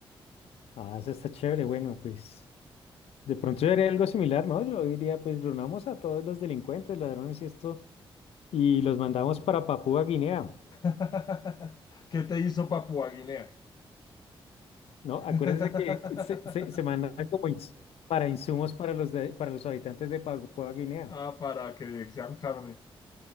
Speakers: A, on the left; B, on the left.
A: ah, eso está chévere. Bueno, pues de pronto yo haría algo similar, ¿no? Yo diría, pues reunamos a todos los delincuentes, ladrones y esto, y los mandamos para Papúa Guinea.
B: <laughs> ¿Qué te hizo Papua Guinea?
A: ¿no?
B: <laughs>
A: Acuérdense que se, se, se mandan como ins- para insumos para los, de- para los habitantes de Papúa Guinea.
B: Ah, para que sean carne.